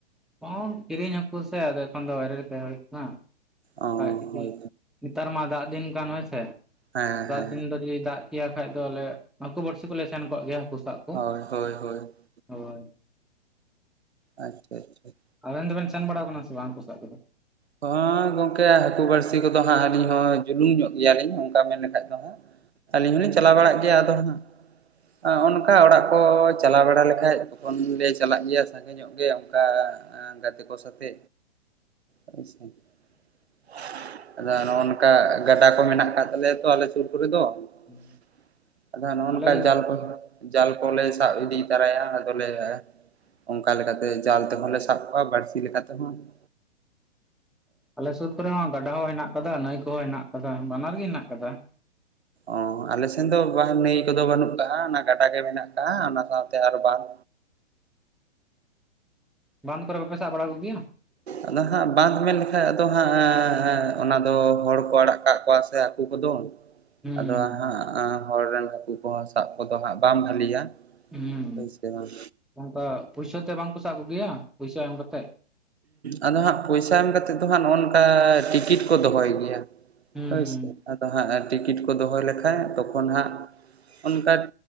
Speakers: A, in the centre; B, on the right (about 75°).
A: ᱵᱟᱝ ᱠᱤᱨᱤᱧ ᱦᱟᱠᱩ ᱥᱮ ᱟᱫᱚ ᱮᱠᱷᱚᱱ ᱫᱚ ᱵᱟᱭᱨᱮ ᱨᱮ ᱛᱟᱦᱮᱸ ᱦᱩᱭᱩᱜ ᱠᱟᱱᱟ,
B: ᱚ
A: ᱵᱟᱠᱷᱟᱡ ᱡᱩᱫᱤ
B: ᱦᱳᱭ
A: ᱱᱮᱛᱟᱨ ᱢᱟ ᱫᱟᱜ ᱫᱤᱱ ᱠᱟᱱ ᱦᱳᱭ ᱥᱮ,
B: ᱦᱮᱸ
A: ᱫᱟᱜ
B: ᱦᱮᱸ
A: ᱫᱤᱱ ᱫᱚ ᱡᱩᱫᱤ ᱫᱟᱜ ᱠᱮᱭᱟ ᱠᱷᱟᱡ ᱫᱚᱞᱮ ᱦᱟᱹᱠᱩ ᱵᱟᱹᱲᱥᱤ ᱠᱚᱞᱮ ᱥᱮᱱ ᱠᱚᱜ ᱜᱮᱭᱟ ᱦᱟᱹᱠᱩ ᱥᱟᱵ ᱾
B: ᱦᱳᱭ ᱦᱳᱭ ᱦᱳᱭ ᱾
A: ᱦᱳᱭ ᱾
B: ᱟᱪᱪᱷᱟ ᱟᱪᱪᱷᱟ ᱾
A: ᱟᱵᱮᱱ ᱫᱚ ᱵᱮᱱ ᱥᱮᱱ ᱵᱟᱲᱟᱣ ᱠᱟᱱᱟ ᱥᱮ ᱵᱟᱝ ᱦᱟᱹᱠᱩ ᱥᱟᱵ ᱠᱚᱫᱚ?
B: ᱦᱚᱸ ᱜᱚᱝᱠᱮ ᱦᱟᱹᱠᱩ ᱵᱟᱹᱲᱥᱤ ᱠᱚᱫᱚ ᱦᱟᱸᱜ ᱟᱹᱞᱤᱧ ᱦᱚᱸ ᱡᱩᱞᱩᱝ ᱧᱚᱜ ᱜᱮᱭᱟᱞᱤᱧ ᱚᱱᱠᱟ ᱢᱮᱱ ᱞᱮᱠᱷᱟᱡ ᱫᱚ
A: <unintelligible>
B: ᱾ ᱟᱹᱞᱤᱧ ᱦᱚᱞᱤᱧ ᱪᱟᱞᱟᱣ ᱵᱟᱲᱟᱜ ᱜᱮᱭᱟ ᱟᱫᱚ ᱦᱟᱸᱜ ᱾ ᱚᱱᱠᱟ ᱚᱲᱟᱜ ᱠᱚ ᱪᱟᱞᱟᱣ ᱵᱟᱲᱟ ᱞᱮᱠᱷᱟᱡ ᱛᱚᱠᱷᱚᱱ ᱞᱮ ᱪᱟᱞᱟᱜ ᱜᱮᱭᱟ ᱥᱟᱸᱜᱮ ᱧᱚᱜ ᱜᱮ ᱚᱱᱠᱟ ᱜᱟᱛᱮ ᱠᱚ ᱥᱟᱛᱮ ᱦᱳᱭ ᱥᱮ ᱾ ᱟᱫᱚ ᱦᱟᱸᱜ ᱱᱚᱜᱼᱚ ᱱᱚᱝᱠᱟ ᱜᱟᱰᱟ ᱠᱚ ᱢᱮᱱᱟᱜ ᱟᱠᱟᱫ ᱛᱟᱞᱮᱭᱟ ᱛᱚ ᱟᱞᱮ ᱥᱩᱨ ᱠᱚᱨᱮ ᱫᱚ
A: ᱦᱩᱸ
B: ᱾ ᱟᱫᱚ ᱦᱟᱸᱜ ᱱᱚᱜᱼᱚ
A: ᱟᱞᱮ
B: ᱱᱚᱝᱠᱟ ᱡᱟᱞ ᱠᱚ ᱡᱟᱞ ᱠᱚᱞᱮ ᱥᱟᱵ ᱤᱫᱤ ᱛᱟᱨᱟᱭᱟ ᱾ ᱫᱚᱞᱮ ᱚᱱᱠᱟ ᱞᱮᱠᱟ ᱛᱮ ᱡᱟᱞ ᱛᱮᱦᱚᱸ ᱞᱮ ᱥᱟᱵ ᱠᱚᱣᱟ ᱵᱟᱹᱲᱥᱤ ᱞᱮᱠᱟ ᱛᱮᱦᱚᱸ ᱾
A: ᱟᱞᱮ ᱥᱩᱨ ᱠᱚᱨᱮ ᱦᱚᱸ ᱜᱟᱰᱟ ᱦᱚᱸ ᱦᱮᱱᱟᱜ ᱟᱠᱟᱫᱟ, ᱱᱟᱹᱭ ᱠᱚᱦᱚᱸ ᱦᱮᱱᱟᱜ ᱟᱠᱟᱫᱟ ᱵᱟᱱᱟᱨ ᱜᱮ ᱦᱮᱱᱟᱜ ᱠᱟᱫᱟ ᱾
B: ᱚᱸ ᱟᱞᱮ ᱥᱮᱱ ᱫᱚ ᱵᱟᱝ ᱱᱟᱹᱭ ᱠᱚᱫᱚ ᱵᱟᱹᱱᱩᱜ ᱠᱟᱜᱼᱟ ᱚᱱᱟ ᱜᱟᱰᱟ ᱜᱮ ᱢᱮᱱᱟᱜ ᱠᱟᱜᱼᱟ ᱚᱱᱟ ᱥᱟᱶᱛᱮ ᱟᱨ ᱵᱟᱸᱫ
A: ᱵᱟᱸᱫ ᱠᱚᱨᱮ ᱵᱟ ᱯᱮ ᱥᱟᱵ ᱵᱟᱲᱟ ᱠᱚᱜᱮᱭᱟ?
B: ᱟᱫᱚ ᱦᱟᱸᱜ ᱵᱟᱸᱫ ᱢᱮᱱ ᱞᱮᱠᱷᱟᱡ ᱟᱫᱚ ᱦᱟᱸᱜ ᱮᱸᱻ ᱚᱱᱟ ᱫᱚ ᱦᱚᱲ ᱠᱚ ᱟᱲᱟᱜ ᱠᱟᱜ ᱠᱚᱣᱟ ᱥᱮ ᱾ ᱦᱟᱹᱠᱩ ᱠᱚᱫᱚ,
A: ᱦᱩᱸ
B: ᱟᱫᱚ ᱦᱟᱸᱜ ᱦᱚᱲ ᱨᱮᱱ ᱦᱟᱹᱠᱩ ᱠᱚᱦᱚᱸ ᱥᱟᱵ ᱠᱚᱫᱚ ᱦᱟᱸᱜ ᱵᱟᱝ ᱵᱷᱟᱹᱞᱤᱭᱟ
A: ᱦᱩᱸ
B: ᱦᱳᱭᱥᱮ ᱵᱟᱝ?
A: ᱚᱱᱠᱟ ᱯᱚᱭᱥᱟᱹ ᱛᱮ ᱵᱟᱝ ᱠᱚ ᱥᱟᱵ ᱠᱚᱜᱮᱭᱟ ᱯᱚᱭᱥᱟ ᱮᱢ ᱠᱟᱛᱮᱜ?
B: ᱟᱫᱚ ᱦᱟᱸᱜ ᱯᱚᱭᱥᱟ ᱮᱢ ᱠᱟᱛᱮᱫ ᱫᱚ ᱦᱟᱸᱜ ᱱᱚᱜ-ᱚ ᱱᱚᱝᱠᱟ ᱴᱤᱠᱤᱴ ᱠᱚ ᱫᱚᱦᱚᱭ ᱜᱮᱭᱟ ᱾
A: ᱦᱩᱸ
B: ᱦᱳᱭᱥᱮ,
A: ᱦᱩᱸ
B: ᱟᱫᱚ ᱦᱟᱸᱜ ᱴᱤᱠᱤᱴ ᱠᱚ ᱫᱚᱦᱚ ᱞᱮᱠᱷᱟᱡ ᱛᱚᱠᱷᱚᱱ ᱦᱟᱸᱜ ᱚᱱᱠᱟ